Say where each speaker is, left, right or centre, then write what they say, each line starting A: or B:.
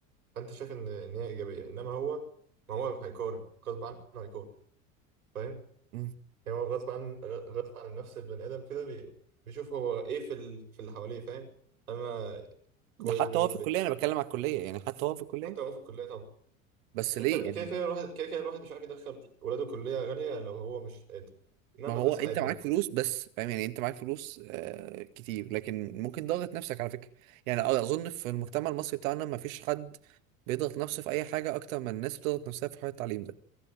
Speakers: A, on the right; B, on the right.
A: فانت شايف ان ان هي ايجابيه انما هو ما هو هيقارن غصب عنه هيقارن فاهم
B: مم.
A: يعني هو غصب عن غ- غصب عن نفس البني ادم كده بي... بيشوف هو ايه في ال... في اللي حواليه فاهم انا كويس
B: ده حتى
A: بيني
B: هو في الكليه انا بتكلم على الكليه يعني حتى هو في الكليه
A: حتى لو في الكليه طبعا
B: بس
A: انت
B: ليه
A: كده
B: يعني
A: كده الواحد كده كده الواحد مش عارف يدخل ولاده كليه غاليه لو هو مش قادر انما
B: ما
A: مدرسه
B: هو انت
A: عادي
B: معاك
A: ممكن
B: فلوس بس فاهم يعني انت معاك فلوس آه كتير لكن ممكن ضغط نفسك على فكره يعني أ- اظن في المجتمع المصري بتاعنا ما فيش حد بيضغط نفسه في اي حاجه اكتر من الناس بتضغط نفسها في حوار التعليم ده